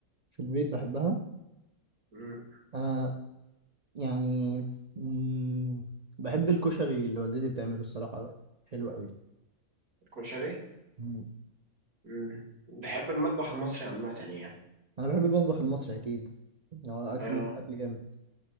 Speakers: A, on the right (about 45°); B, on the right (about 80°).
A: في البيت بحبها
B: مم.
A: انا يعني مم، بحب الكشري اللي والدتي بتعمله الصراحه بقى حلو
B: الكشري
A: قوي
B: مم. بحب المطبخ المصري عامه يعني
A: انا بحب المطبخ المصري اكيد هو اكل
B: اه
A: اكل جامد